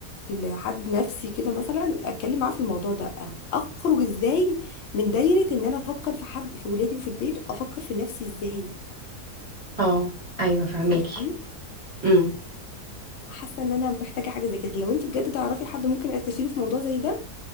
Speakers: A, on the left; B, on the right.
A: لحد نفسي كده مثلا اتكلم معاه في الموضوع ده أخ- اخرج ازاي من دايرة ان انا افكر في حد في ولادي وفي البيت وافكر في نفسي ازاي
B: اه ايوه فهماكي
A: صدقني
B: امم
A: فحاسه ان انا محتاجه حاجه زي كده لو انت بجد تعرفي حد ممكن استشيره في موضوع زي ده